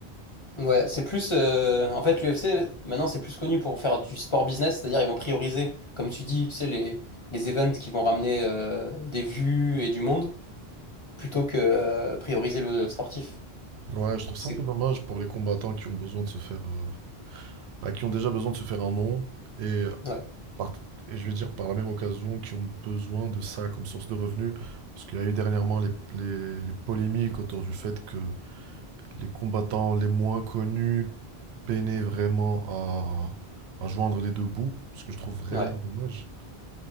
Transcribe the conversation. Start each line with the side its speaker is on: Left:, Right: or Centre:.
Left: Ouais, c'est plus. euh, en fait, l'UFC, maintenant, c'est plus connu pour faire du sport business, c'est-à-dire ils vont prioriser, comme tu dis, tu sais, les, les events qui vont ramener euh, des vues et du monde, plutôt que euh, prioriser le sportif.
Right: Ouais, je trouve
Left: C'est.
Right: ça un peu dommage pour les combattants qui ont besoin de se faire, euh, bah, qui ont déjà besoin de se faire un nom et, euh,
Left: Ouais,
Right: par- et je vais dire par la même occasion qui ont besoin de ça comme source de revenus. Parce qu'il y a eu dernièrement les, les- les polémiques autour du fait que les combattants les moins connus peinaient vraiment à, à joindre les deux bouts, ce que je trouve vraiment
Left: ouais,
Right: dommage.